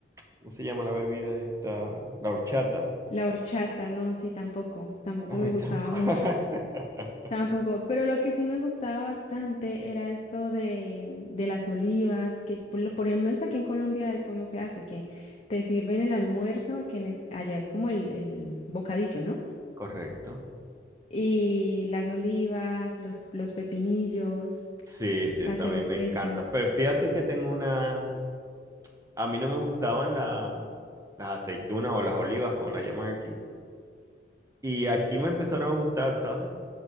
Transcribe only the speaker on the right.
¿cómo se llama la bebida esta? La horchata.
A mí
tampoco.
<laughs>
Correcto.
Sí, sí,
esa
a mí me encanta. Pero fíjate que tengo una... A mí no me gustaban la- las aceitunas o las olivas, como la llaman aquí. Y aquí me empezaron a gustar, ¿sabes?